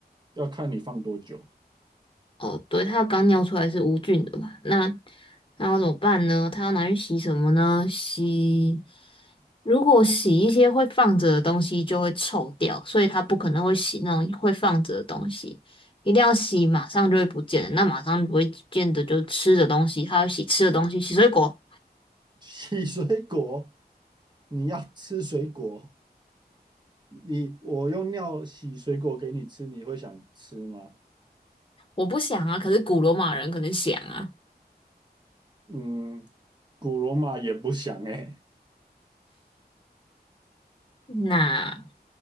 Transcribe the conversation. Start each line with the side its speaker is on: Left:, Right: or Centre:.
Right: 要看你放多久。
Left: 哦，对，他刚尿出来是无菌的嘛？那那要怎么办呢？他要拿去洗什么呢？洗，如果洗一些会放着的东西就会臭掉，所以他不可能会洗那种会放着的东西，一定要洗马上就会不见的。那马上不会见的就是吃的东西，他要洗吃的东西，洗水果。
Right: <laughs> 洗水果，你要吃水果，你我用尿洗水果给你吃，你会想吃吗？
Left: 我不想啊，可是古罗马人可能想啊。
Right: 嗯，古罗马也不想哎、
Left: 那。